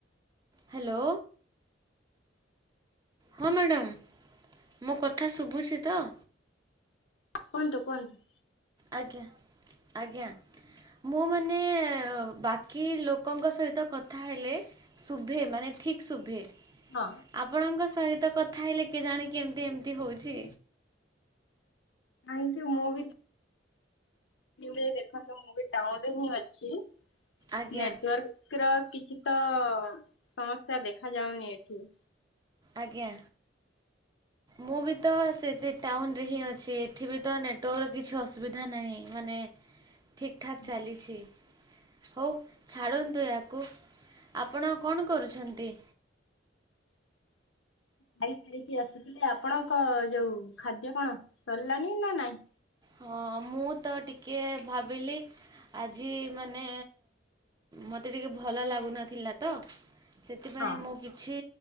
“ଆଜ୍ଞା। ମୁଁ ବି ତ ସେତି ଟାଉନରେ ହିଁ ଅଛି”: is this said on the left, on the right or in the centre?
Right